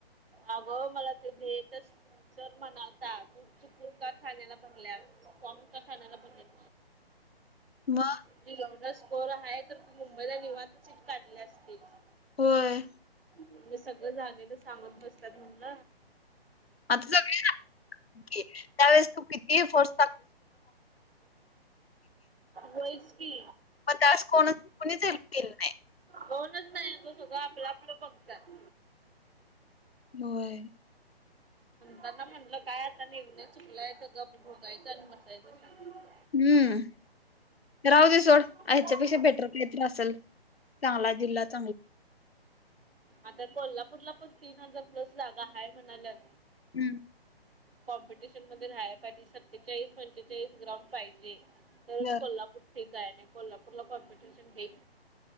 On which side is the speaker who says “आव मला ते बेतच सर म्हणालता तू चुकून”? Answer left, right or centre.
Right